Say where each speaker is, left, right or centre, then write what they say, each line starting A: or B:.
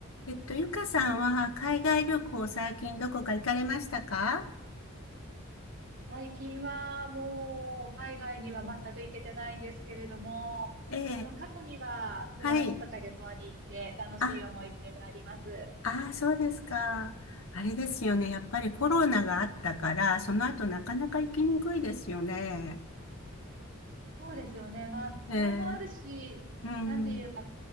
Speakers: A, on the left; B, on the right.
A: えっと、ゆかさんは海外旅行最近どこか行かれましたか
B: 最近はもう海外には全く行けてないんですけれども、
A: ええ、
B: あの過去にはフランスとか旅行に行って楽しい思い出があります。
A: はい。あ、ああ、そうですか。あれですよね。やっぱりコロナがあったから、その後なかなか行きにくいですよね。
B: そうですよね。まあ、それもあるし、
A: ええ、うん。
B: なんていうか、